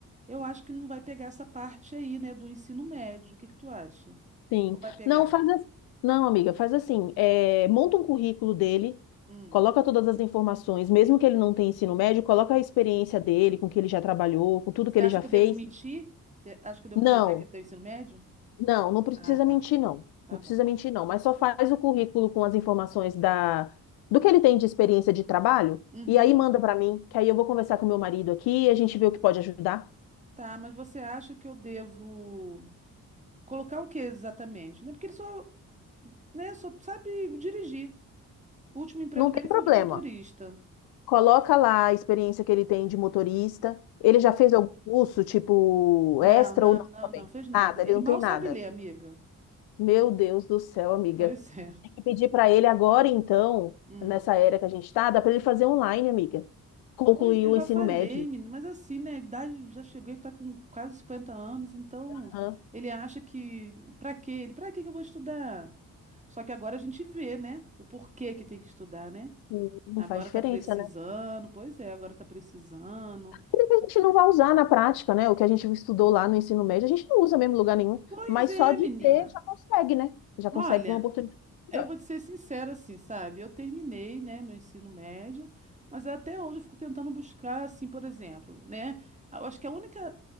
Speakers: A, on the right (about 20°); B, on the left (about 85°).
A: eu acho que não vai pegar essa parte aí, né, do ensino médio. O que que tu acha?
B: Sim.
A: Ou vai pegar?
B: Não, faz assim. Não, amiga, faz assim. é, monta um currículo dele,
A: Hum.
B: coloca todas as informações, mesmo que ele não tenha ensino médio, coloca a experiência dele, com o que ele já trabalhou, com tudo
A: Você
B: que
A: acha
B: ele já
A: que
B: fez.
A: eu devo mentir? Te- Acha que eu devo
B: Não,
A: colocar que ele tem o ensino médio?
B: não, não precisa
A: Ah, tá.
B: mentir, não.
A: Tá
B: Não precisa
A: bom.
B: mentir, não. Mas só faz o currículo com as informações da, do que ele tem de experiência de trabalho,
A: Uhum.
B: e aí manda para mim, que aí eu vou conversar com meu marido aqui e a gente vê o que pode ajudar.
A: Tá, mas você acha que eu devo colocar o que exatamente? Né? Porque ele só, né, só sabe dirigir. O último emprego
B: Não
A: dele
B: tem
A: foi
B: problema.
A: de motorista.
B: Coloca lá a experiência que ele tem de motorista. Ele já fez algum curso, tipo,
A: Não,
B: extra
A: não,
B: ou não
A: não,
B: também?
A: não fez nada.
B: Nada,
A: Ele
B: ele não
A: mal
B: tem
A: sabe
B: nada.
A: ler, amiga.
B: Meu Deus do céu, amiga.
A: Pois é.
B: Tem que pedir para ele agora, então,
A: Hum.
B: nessa era que a gente está, dá para ele fazer online, amiga. Concluir
A: Pois eu
B: o
A: já
B: ensino
A: falei,
B: médio.
A: menino, mas assim, né, a idade já chegou, ele tá com quase 50 anos, então
B: Aham.
A: ele acha que pra quê? Ele, pra quê que eu vou estudar? Só que agora a gente vê, né? O porquê que tem que estudar, né?
B: Sim, Não
A: Agora
B: faz diferença,
A: tá precisando,
B: né?
A: pois é, agora tá precisando.
B: Tudo que a gente não vai usar na prática, né? O que a gente estudou lá no ensino médio, a gente não usa mesmo em lugar nenhum.
A: Pois
B: Mas
A: é,
B: só de
A: menina.
B: ter já consegue, né? Já
A: Olha,
B: consegue uma oportunidade
A: eu
B: melhor.
A: vou te ser sincera assim, sabe? Eu terminei, né, meu ensino médio, mas até hoje eu fico tentando buscar, assim, por exemplo, né? Eu acho que a única